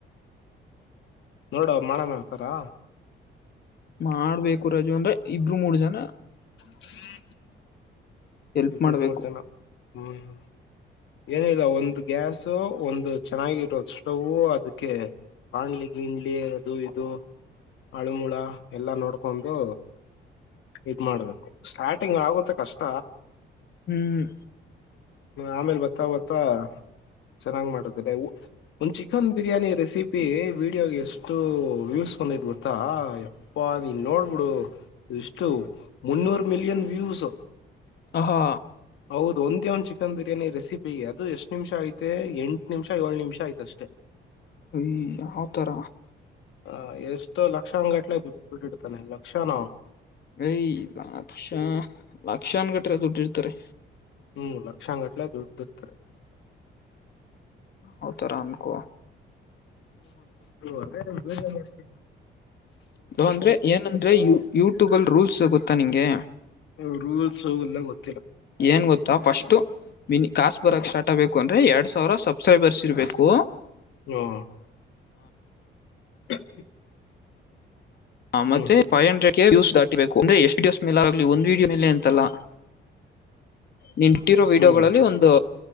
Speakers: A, on the left; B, on the left.
A: ನೋಡವ ಮಾಡನ ಹೇಳ್ತಾರಾ
B: ಮಾಡ್ಬೇಕು ರಜು ಅಂದ್ರೆ ಇಬ್ರು ಮೂರ್ ಜನ
A: ಹ್ಮ
B: ಎಲ್ಪ್
A: ಇಬಡು
B: ಮಾಡ್ಬೇಕು
A: ಮೂಡ್ತನ ಹ್ಮ್ ಏನಿಲ್ಲ ಒಂದು್ ಗ್ಯಾಾಸು ಒಂದು ಚೆನ್ನಾಗಿ ಇರೋದು ಸ್ಟೌವ ಅದಕ್ಕೆ ಬಾಣ್ಲಿ ಗಿಂಡ್ಲಿ ಅದು ಇದು ಅಳುಮುಳ ಎಲ್ಲಾ ನೋಡ್ಕೊಂಡು ಇದ್ ಮಾಡ್ಬೇಕು ಸ್ಟಾರ್ಟಿಂಗ್ ಆಗುತ್ತೆ ಕಷ್ಟ
B: ಹ್ಮ್
A: ಆಮೇಲೆ ಬತ್ತಾ ಗತ್ತಾ ಚೆನ್ನಾಗ್ ಮಾಡತದೆ ಒಂದ್ ಚಿಕನ್ ಬಿರಿಯಾನಿ ರೆಸಿಪಿ ವಿಡಿಯೋಗೆ ಎಷ್ಟು ವ್ಯೂಸ್ ಸೊಂದೈತ್ ಗೊತ್ತಾ ಎಪ್ಪಾ ಇನ್ ನೋಡ್ಬಿಡು ಇಷ್ಟು ಮುನ್ನೂರು ಮಿಲಿಯನ್ ವ್ಯೂಸ್
B: ಹಾ
A: ಹೌದು ಒಂದೇ ಒಂದ ಚಿಕನ್ ಬಿರಿಯಾನಿ ರೆಸಿಪಿ ಅದು ಎಷ್ಟ್ ನಿಮಷ ಐ್ತೆ ಎಂಟು ನಿಮಿಷ ಏಳು ನಿಮಿಷ ಆಯ್ತ ಅಷ್ಟೇ
B: ಯ್ ಅವತರ
A: ಹ ಎಷ್ಟೋ ಲಕ್ಷ ಅಂಗಂಗಟ್ಲೆ ಬಿಟ್ಟಿಡ್ತಾನೆ ಲಕ್ಷ ನ
B: ಯ ಲಕ್ಷ ಲಕ್ಷಕ್ಷನ್ ಕಟ್ರ ದುಡ್ಡಿ ಇರ್ತಾರೆ
A: ಹ್ಮ್ ಲಕ್ಷಾಂಗಟ್ಲೆ ದುಡ್ಡ್ದ ಇರ್ತಾರೆ
B: ಅವತರಾಮಕ
A: ಅದೇದೇೇಜ ಮಾಡ್ತ
B: ಅಂದ್ರೆ ಏನಂದ್ರೆ ಯ ಯೂಟ್ಯೂಬ ಅಲ್ ರೂಲ್ಸ್ ಗೊತ್ತಾ ನಿಂಗೆ
A: ಅವರುೂ ಸೌಲ್ಲ ಗೊತ್ತ
B: ಏನ್ ಗೊತ್ತಾ ಫಸ್ಟ್ಿನಿ ಕಾಸ್ಬುರ ಸ್ಟಾರ್ಟ್ ಬು ಅಂದ್ರೆ ಎರಡ್ ಸಾವಿರ ಸಬ್ಸ್ಕ್ರೈಬರ್ಸ್ ಇರಬೇಕು
A: ಹ್ಮ <inaudible> ಹ್ಮ್
B: ಮತ್ತ ೈವ್ ಹಂಡ್ರೆಡ್ ಕೊಸ್ ದಾಟಿಬೇಕು ಅಂದ್ರೆ ಎಷ್ಟುಡಸ್ ಮೇಲ ಆಾಗಲಿ ಒಂದು್ ವೀಡಿಯೋ ಮೇಲೆ ಎಂತಲ್ಲ ನೀನು ಇಟ್ಟಿರೋ ವಿೀಡಿಯೋಗಳಲ್ಲಿ
A: ಹ್ಮ್
B: ಒಂದು